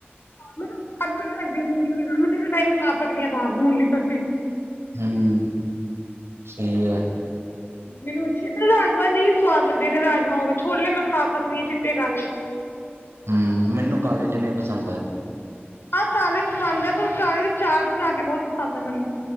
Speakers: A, on the left; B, on the right.
A: ਮੈਨੂੰ ਖੁਦ ਵੀ ਲੱਗਦੀ ਹੈ ਮੂੰਗੀ ਮੈਂ ਤਿੰਨੇ ਟਾਈਮ ਖਾ ਸਕਦੀ ਹਾਂ ਮੂੰਗੀ, ਮੱਸਰ <unintelligible>
B: ਹੂੰ ਸਈ ਐ।
A: ਮੈਨੂੰ ਅੱਛੇ ਰਾਜਮਾਂਹ ਨਹੀਂ ਸਵਾਦ ਲੱਗਦੇ ਰਾਜਮਾਂਹ ਹੋ ਗਏ। ਛੋਲੇ ਮੈਂ ਖਾ ਸਕਦੀ ਹਾਂ, ਚਿੱਟੇ ਕਾਲੇ।
B: ਹੂੰ ਮੈਨੂੰ ਕਾਲਜ ਨਹੀਂ ਪਸੰਦ ਹੈ।
A: ਆ ਕਾਲੇ ਪਸੰਦ ਹੈ। ਪਰ ਕਾਲੇ ਦੀ ਚਾਟ ਬਣਾ ਕੇ, ਬਹੁਤ ਪਸੰਦ ਹੈ। ਮੈਨੂੰ,